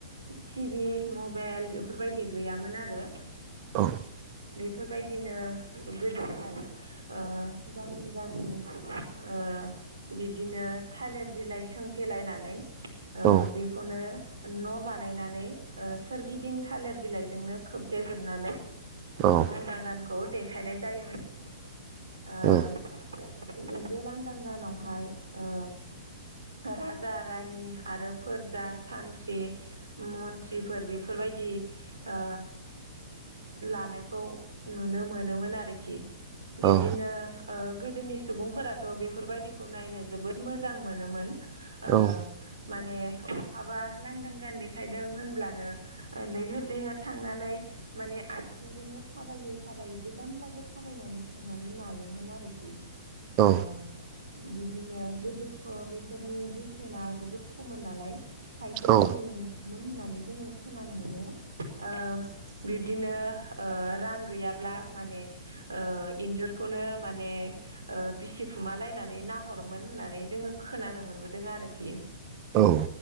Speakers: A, on the right; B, on the right.
A: टिभि मबाइल बेफोरबायदि गैयामोन आरो।
B: औ
A: बेफोरबायदिनो गोदोहाय ओ गामि गामि ओ बिब्दिनो थालिर बिलाइ सोंथेलायनानै
B: औ
A: बे खौनो न' बानायनानै सोरगिदिं थालिर बिलाइजोंनो खोबथेजोबनानै।
B: औ
A: लांदां गानखौ देखायनाय जायोमोन। ओ
B: औ
A: बे लांदां गानावहाय ओ राजा रानि आरो फोरजा सानथ्रि मन्त्रिफोर बेफोरबायदि ओ लानायखौ नुनो मोनोमोन आरोखि बिब्दिनो
B: औ
A: गोदोनि सुबुंफोराथ' बेफोरबायदिखौ नायनो जोबोद मोजां मोनोमोन। ओ
B: औ
A: माने बहाबा लांदां गान देखायदों होनब्लानो ओ लैहोर लैहोर थांनानै माने आथिंजोंनो थाबायै थाबायै गोजानब्लाबो था बायनानै थांनानै लायोमोन आरोखि।
B: औ।
A: ओ बिब्दिनो गोदोथ' बेफोरनि बेसेना जोबोद खममोन नालाय। थाइसेफोरनिनो
B: औ
A: नुयोमोन होननानै जोङो खोनानो मोनो। ओ बिब्दिनो ओ रां गैयाब्ला माने। ओ इन्जुरखौनो माने। ओ बिसिखुमालायनानै नाहरोमोन होननानै जोंङो खोनानो मोनबोदों आरोखि।
B: औ।